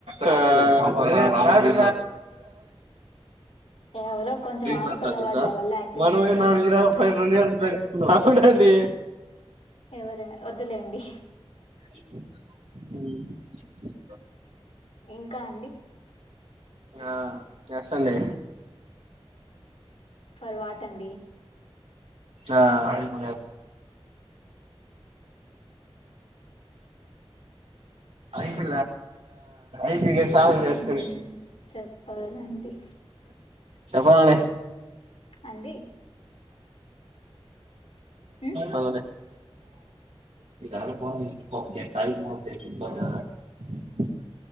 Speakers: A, on the right; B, on the left.
A: ఆ అరే
B: ఎవరో కొంచెం ఆస్కార్
A: మాంద
B: అవార్డుల వల్ల యాక్టింగ్
A: మనవే
B: చేస్తున్నారు
A: న ఇ
B: మీ
A: ప
B: పక్కన
A: తగకున్నా అదిే
B: ఎవర వద్లేండి
A: అ
B: ఇంకా అండి
A: ఆ చేస్తాండి
B: పర్వాట అండి
A: ఆ అ మ ఐపి ఐపీ చాల వసుకుని
B: మ్మ్, చెప్పాలండి
A: చెప్పాల
B: అంటడి మ్మ్?
A: అనలేే ాయి ఫబ